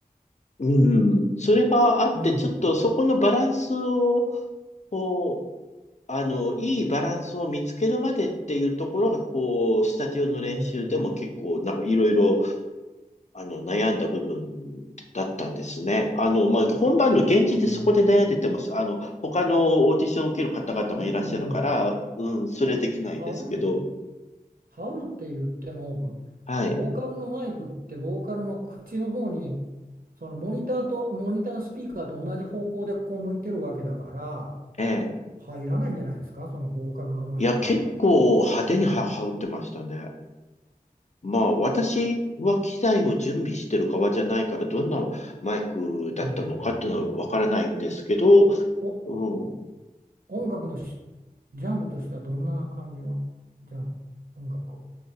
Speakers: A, on the left (about 50°); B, on the right (about 75°).
A: うん。それがあって、
B: うん。
A: ちょっとそこのバランスを、こあの、いいバランスを見つけるまでっていうところが、こう、スタジオの練習でも結構、
B: えー
A: なんかいろいろ、あの、悩んだ部分だったんですね。あの、まあ、本番の現地でそこで悩んでても、
B: えー
A: あの、他のオーディションを受ける方々もいらっしゃるから、
B: でも、
A: うん、それできないですけど、
B: ハウル、ハウルって言っても、
A: はい、
B: ボーカルのマイクってボーカルの口の方に、そのモニターと、モニターのスピーカーと同じ方向でこう向いてるわけだから、
A: ええ。
B: 入らないんじゃないですか、そのボーカルのマイクには。
A: いや、結構派手には羽織ってましたね。まあ、私は機材を準備してる側じゃないから、どんなマイクだったのかっていうのはわからないんですけど、
B: へえ。え、お、
A: うん。
B: 音楽のしジャンルとしてはどんな感じのジャン、音楽を